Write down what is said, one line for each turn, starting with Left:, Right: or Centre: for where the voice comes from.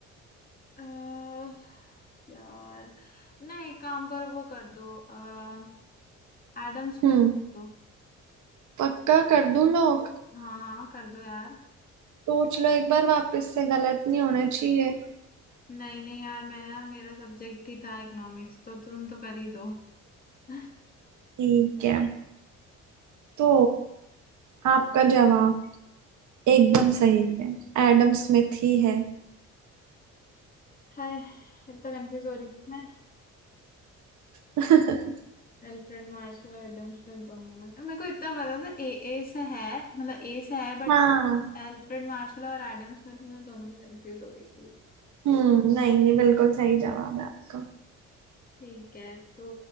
Left: आ, यार ना एक काम करो वो कर दो आ, एडम स्मिथ
Right: हम्म
Left: कर दो
Right: पक्का कर दूं लोग
Left: हाँ कर दो यार
Right: सोच लो एक बार वापस से गलत नहीं होना चाहिए
Left: नहीं नहीं यार मैं ना मेरा सब्जेक्ट ही था इकोनॉमिक्स तो तुम तो कर ही दो <laughs>
Right: ठीक है तो आपका जवाब
Left: जी
Right: एकदम सही है एडम स्मिथ ही है
Left: हाय इतना कंफ्यूज हो रही थी मैं
Right: <laughs>
Left: अल्फ्रेड मार्शल और एडम स्मिथ दोनों में मेरे को इतना पता था ए ए से है मतलब ए से है बट
Right: हाँ
Left: अल्फ्रेड मार्शल और एडम स्मिथ में दोनों में कंफ्यूज हो गई थी
Right: हम्म नहीं नहीं बिल्कुल सही जवाब है आपका
Left: ठीक है तो